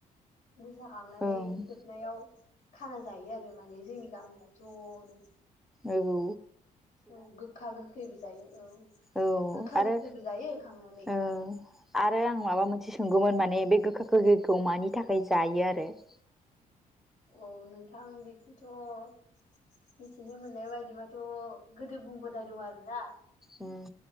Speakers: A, on the left; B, in the centre.
A: मोसाखांनानै
B: ओं
A: जोबनायाव खाना जायो आरो माने जोंनि गामियाव ज'नो।
B: ओरु।
A: औ गोखा गोखैबो जायो औ।
B: औ
A: गोखा
B: आरो
A: गोखैबो जायो खांनानै।
B: ओ आरो आं माबा मोनसे सोंगौमोन माने बे गोखा गोखैखौ मानि थाखाय जायो आरो। <inaudible>
A: औ नोंथां बेखौथ'। मिथिनो मोननाय बायदिबाथ' गोदो बुंबोदाय दं आरोना।
B: उम।